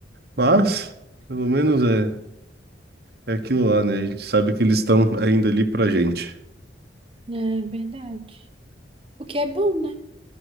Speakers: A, on the right; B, on the right.
A: mas pelo menos é é aquilo lá, né? A gente sabe que eles estão ainda ali pra gente.
B: é verdade. O que é bom, né?